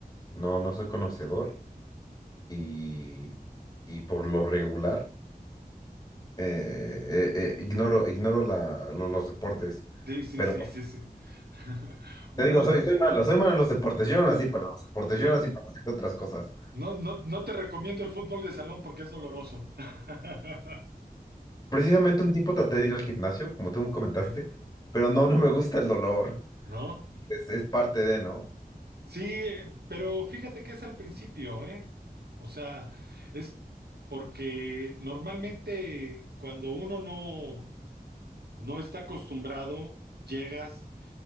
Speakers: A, on the left; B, on the right.
A: no, no soy conocedor y, y por lo regular. eh, eh, eh, ignoro, ignoro la- lo- los deportes.
B: Sí, sí,
A: Pero
B: sí, sí, sí. <laughs> Bueno,
A: te digo,
B: pues,
A: soy, soy malo, soy malo en los deportes. Yo no
B: sí,
A: nací para los deportes,
B: no,
A: yo nací para hacer otras cosas.
B: No, no, no te recomiendo el fútbol de salón porque es doloroso. <laughs>
A: Precisamente un tiempo traté de ir al gimnasio, como tú me comentaste,
B: Sí,
A: pero no, no me gusta el dolor.
B: ¿no?
A: Es, es parte de, ¿no?
B: Sí, eh, pero fíjate que es al principio, ¿eh? O sea, es porque normalmente cuando uno no, no está acostumbrado, llegas.